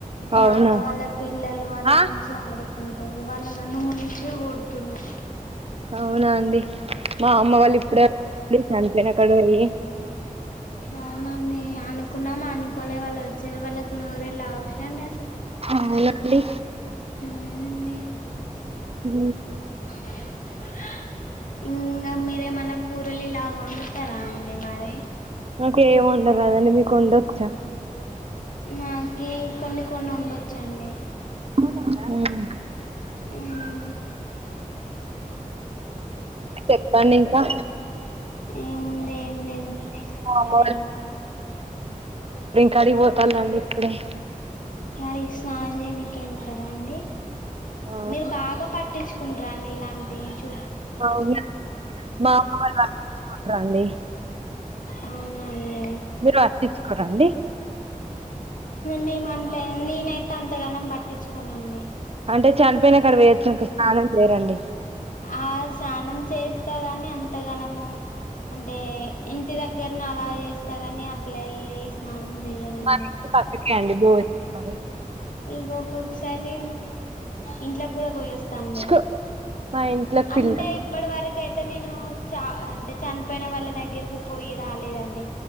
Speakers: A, on the left (about 65°); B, on the right (about 45°).
A: మా
B: అవునా
A: అక్క వాళ్ళ పిల్లలు వాళ్ళు
B: ఆ
A: మంచి ఆడు కుంటారు వాళ్ళ నన్ను మురించే ఓడుతున్నారు
B: అవునా అండి మా అమ్మ వాళ్ళు ఇప్పుడ చనిపోయిన అక్కడ పోయి
A: అవునండి అనుకున్నాం అనుకోలే వాళ్ళు వచ్చే వాళ్ళ కొ ఊరెళ్ళ అవ్వుసు అండి
B: అవునండి
A: ఆ అండీ
B: ఉ
A: మయి మన్నా ఇంకా మీరేమన్నా కూరలు ఇలా వండుతారా అండి మరి
B: నాకేమి వంటరాదండి మీకు వంటచ్చా
A: నాకి కొన్ని కొన్ని ఉండొచ్చండి
B: ఉ
A: ఉమ్
B: చెప్పండి ఇంకా
A: ఏముందే ఏం లేదు మీరే చెప్పాలి
B: మా అమ్మ
A: ఇంకా
B: కరిపోతారుండి ఇప్పుడే
A: డ స్నానం చెయ్యినికి వెళ్తారా అండి
B: ఆ
A: మీరు బాగా పట్టించు సండ్రాండి ఇలాంటివి చూ
B: మా ఊరుల మా అమ్మ వాళ్ళు పట్టించుకోరా అండి
A: అవునండి
B: మీరు పట్టించుకోరా అండి
A: మేమంటే నేనైతే అంతగానం పట్టించుకోనండి
B: అంటే చనిపోయిన కాడపోయొచ్చాక స్నానం చేరండి
A: ఆ స్నానం చేస్తా కాని అంతగనము అంటే ఇంటి దగ్గరని అలా చేస్తదని అట్లా వెళ్ళి స్నానం చెయ్యనండి
B: మరి పత్రక అండి దో మరి
A: ఇక ఒక్కొక్కసారి ఇంట్లోకి కూడా పోయిస్త
B: మరి
A: డి
B: మా ఇంట్లోకి
A: అంటే
B: పిల్ల
A: ఇప్పటి వరకు యితే నేను చ అంటే చనిపోయిన వాళ్ళ దగ్గరికి పోయి రాలేదండి